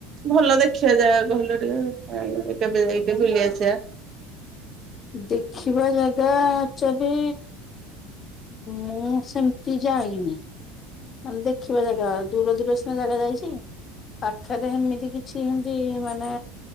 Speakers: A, on the right; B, on the left.
A: ଭଲ ଦେଖିଆ ଜାଗା ଯାହା କହିଲ ଟିକେ। ଯାଇକି କେବେ ଯାଇ ବୁଲି ଆସିବା।
B: ଦେଖିବା ଜାଗା ଆକଚୁଆଲି ମୁଁ ସେମତି ଯାଇନି। ମାନେ ଦେଖିବା ଜାଗା। ଦୂର ଦୂର ସିନା ଜାଗା ଯାଇଛି। ପାଖରେ ଏମିତି କିଛି ଏମତି ମାନେ